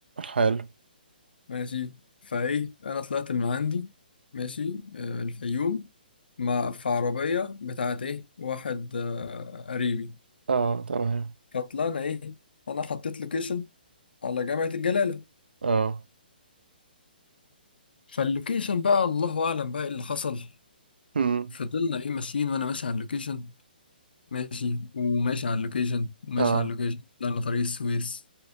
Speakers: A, on the right (about 75°); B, on the left (about 70°).
A: حلو
B: ماشي فايه أنا طلعت من عندي ماشي آه، الفيوم مع في عربية بتاعت ايه واحد آه، قريبي
A: اه تمام
B: فطلعنا ايه أنا حطيت لوكيشن على جامعة الجلالة
A: اه
B: فاللوكيشن بقى الله أعلم بقى إيه اللي حصل
A: امم
B: فضلنا ايه ماشيين وأنا ماشي على اللوكيشن ماشي وماشي على اللوكيشن وماشي
A: اه
B: على اللوكيشن طلعنا طريق السويس